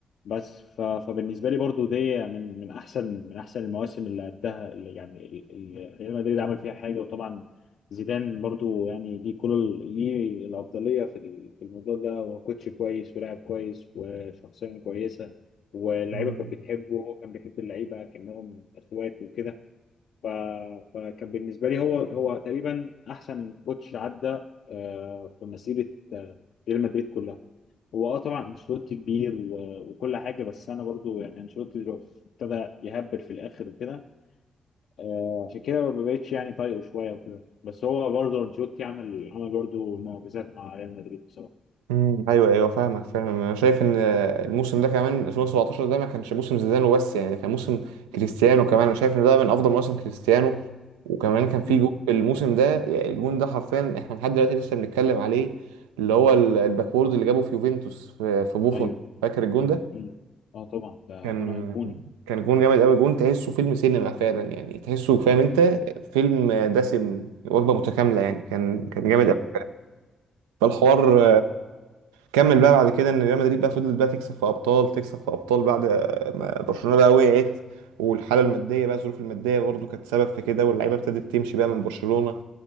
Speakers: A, on the left; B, on the right.
A: بس ف... فبالنسبه لي برضو دي من من احسن من احسن المواسم اللي قدها اللي يعني ال- ال- ريال مدريد عمل فيها حاجه وطبعا زيدان برضو يعني ليه كل ال- ليه الافضليه في ال- في الموضوع ده هو كوتش كويس ولاعب كويس وشخصيه كويسه واللعيبه
B: مم.
A: كانت بتحبه وهو كان بيحب اللعيبه كانهم اخوات وكده ف... فكان بالنسبه لي هو هو تقريبا احسن كوتش عدى آه، في مسيره آه، ريال مدريد كلها هو اه طبعا انشيلوتي كبير و- وكل حاجه بس انا برضو يعني انشيلوتي دلوقتي ابتدى يهبل في الاخر كده آه، عشان كده ما بقتش يعني طايقه شويه وكده بس هو برضو انشيلوتي عمل عمل برضو معجزات مع ريال مدريد بصراحه
B: مم. ايوه ايوه فاهمك فاهم انا شايف ان الموسم ده كمان 2017 ده ما كانش موسم زيدان وبس يعني كان موسم كريستيانو كمان انا شايف ان ده من افضل مواسم كريستيانو وكمان كان في
A: امم
B: جون في الموسم ده يعني الجون ده حرفيا احنا لحد دلوقتي لسه بنتكلم عليه اللي هو ال- الباكورد اللي جابه في يوفنتوس في في بوفون
A: ايوه
B: فاكر الجون ده
A: مم. اه طبعا ده
B: كان
A: جون ايقوني
B: كان جون جامد قوي جون تحسه فيلم سينما فعلا يعني تحسه فاهم انت فيلم دسم وجبه متكامله يعني كان كان جامد
A: ايوه
B: قوي فالحوار
A: مم.
B: كمل بقى بعد كده ان ريال مدريد بقى فضلت بقى تكسب في ابطال تكسب في ابطال بعد ما برشلونه بقى وقعت والحاله الماديه بقى الظروف الماديه برضو كانت سبب في كده واللعيبه ابتدت تمشي بقى من برشلونه